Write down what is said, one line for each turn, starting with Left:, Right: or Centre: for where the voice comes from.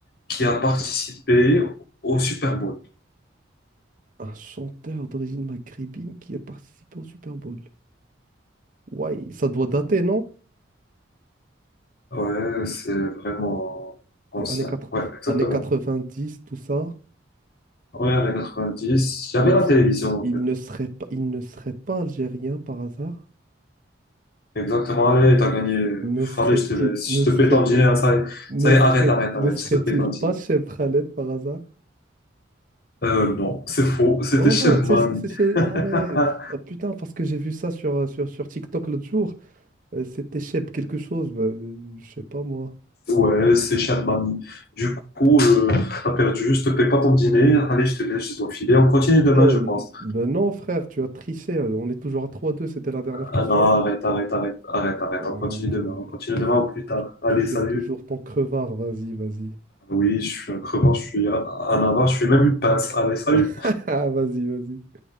Left: qui a participé au Super Bowl?
Right: Un chanteur d'origine maghrébine qui a participé au Super Bowl. Ouais, ça doit dater, non?
Left: Ouais, c'est vraiment ancien.
Right: Années
Left: Ouais, exactement.
Right: 4 années dix tout ça.
Left: Ouais, années quatre-vingt-dix. Il y
Right: Il
Left: avait
Right: ne,
Left: la
Right: s-
Left: télévision,
Right: il
Left: en fait.
Right: ne serait pas, il ne serait pas algérien par hasard?
Left: Exactement. Allez, t'as gagné. Pff,
Right: Ne serait-il,
Left: Allez, je te laisse.
Right: ne
Left: Je
Right: serait,
Left: te paie ton dîner. hein, Ça y est,
Right: ne
Left: ça y
Right: serait,
Left: est, arrête, arrête,
Right: ne
Left: arrête.
Right: serait-il
Left: Je te paie ton dîner.
Right: pas chez Khaled par hasard?
Left: Euh, non, c'est faux. C'était
Right: Oh,
Left: Chef
Right: ben, c'est
Left: Mami.
Right: c'est chez... Ah ouais,
Left: Ah,
Right: Ah, putain, parce que j'ai vu ça sur, euh, sur, sur TikTok l'autre jour. Euh, C'était Shep quelque chose, ben, je sais pas moi.
Left: Ouais, c'est cher de mamie. Du coup, euh, t'as perdu, je te paie pas ton dîner. Allez, je te laisse, je dois filer. On continue demain,
Right: Eh,
Left: je pense.
Right: ben non, frère, tu as triché. euh, On est toujours à trois deux c'était la dernière question.
Left: Ah non, arrête, arrête, arrête, arrête, arrête.
Right: Ouais,
Left: On continue demain, on continue
Right: tu fais,
Left: demain ou plus tard. Allez,
Right: tu fais
Left: salut.
Right: toujours ton crevard, vas-y, vas-y.
Left: Oui, je suis un crevant, je suis un un avare, je suis même une pince. Allez, salut.
Right: <laughs> Vas-y, vas-y.